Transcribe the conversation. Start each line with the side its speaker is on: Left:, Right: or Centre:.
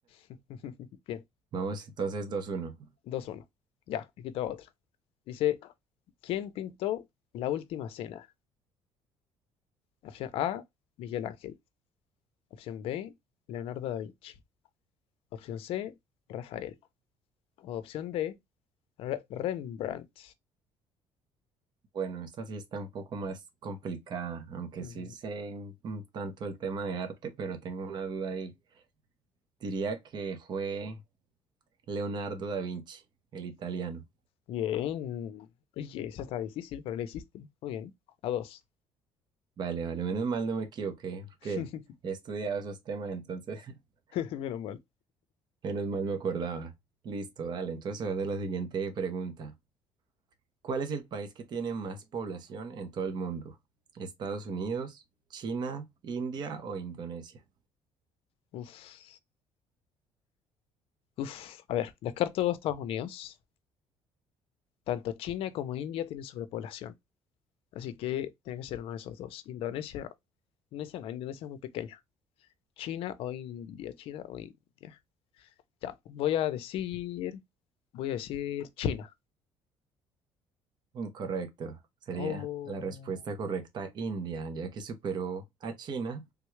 Left: <laughs> Bien,
Right: Vamos entonces dos uno.
Left: dos uno, Ya, aquí tengo otra. Dice, ¿quién pintó la última cena? Opción A, Miguel Ángel. Opción B, Leonardo da Vinci. Opción C, Rafael. O opción D, Re- Rembrandt.
Right: Bueno, esta sí está un poco más complicada, aunque
Left: Ujú.
Right: sí sé un un tanto el tema de arte, pero tengo una duda ahí. Diría que fue Leonardo da Vinci, el italiano.
Left: Bien. Oye, esa está difícil, pero la hiciste. Muy bien. A dos.
Right: Vale, vale, menos mal no me equivoqué, porque
Left: <laughs>
Right: he estudiado esos temas, entonces <laughs>
Left: Menos mal.
Right: menos mal me acordaba. Listo, dale, entonces voy a hacer la siguiente pregunta. ¿Cuál es el país que tiene más población en todo el mundo? ¿Estados Unidos, China, India o Indonesia?
Left: Uf. Uf. A ver, descarto Estados Unidos. Tanto China como India tienen sobrepoblación. Así que tiene que ser uno de esos dos. Indonesia. Indonesia no, Indonesia es muy pequeña. China o India, China o India. Ya, voy a decir, voy a decir China.
Right: Incorrecto. Sería
Left: Oh,
Right: la respuesta correcta India, ya que superó a China